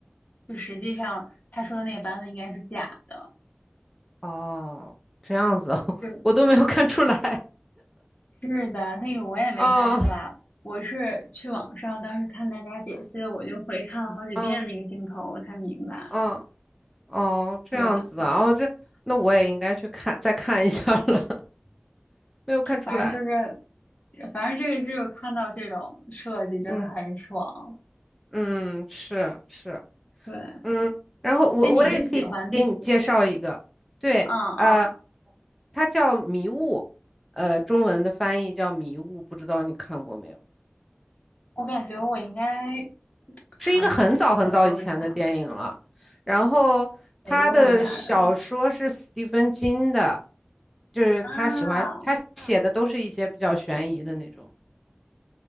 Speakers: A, on the left (about 40°); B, in the centre.
A: 就实际上他说的那个版本应该是假的，
B: 哦，这样子哦，<laughs>
A: 对。
B: 我都没有看出来。
A: 是的，那个我也没看出来，
B: 哦，
A: 我是去网上当时看大家解析，我就回看了好几遍那个镜头，
B: 哦，
A: 我才明白。
B: 哦，哦，这样子的。
A: 对，
B: 哦，这那我也应该去看，再看一下了。<laughs> 没有看出来。
A: 反正就是，反正这个剧我看到这种设计真的很爽。
B: 嗯嗯，是是，
A: 对，
B: 嗯。然后我我也可以给你介绍一个，
A: 哎，你最喜欢的是？
B: 对，
A: 啊！
B: 呃，
A: 嗯，
B: 它叫《迷雾》，呃，中文的翻译叫《迷雾》，不知道你看过没有？
A: 我感觉我应该看过，
B: 是一个很早很早以前的电影了。
A: 我搜一下
B: 然后他的小说是斯蒂芬金的，
A: 哪个国家的
B: 就是他喜欢他写的都是一些比较悬疑的那种。
A: 啊